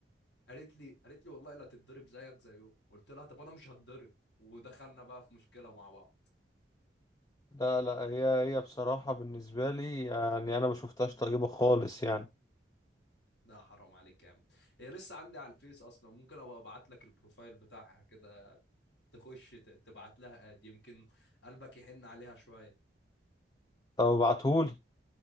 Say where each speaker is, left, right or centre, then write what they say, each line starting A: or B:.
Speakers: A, on the left (about 70°); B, on the left (about 20°).
A: قالت لي قالت لي والله لا تتضرب زيك زيه قلت لها طب انا مش هتضرب ودخلنا بقى في مشكله مع بعض
B: لا لا هي هي بصراحة بالنسبة لي يعني أنا ما شفتهاش طيبة خالص يعني
A: لا حرام عليك يا عم هي لسه عندي على الفيس اصلا ممكن ابقى ابعت لك البروفايل بتاعها كده تخش ت- تبعت لها اد يمكن قلبك يحن عليها شويه
B: طب ابعتهولي